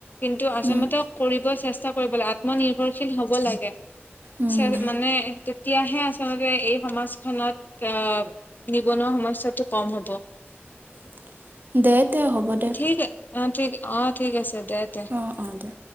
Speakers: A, on the left; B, on the right.
A: কিন্তু আচমতক
B: উম,
A: কৰিব চেষ্টা কৰিব লাগে আত্মনিৰ্ভৰশীল হব লাগে
B: উম,
A: <unintelligible> তেতিয়াহে আচলতে এই সমাজখনত নিবনুৱা সমস্যাটো কম হ'ব
B: <unintelligible> দে তে হ'ব দে
A: ঠিকে অ, ' ঠিক অ', ঠিক আছে। স দেতে
B: অঁ অঁ দে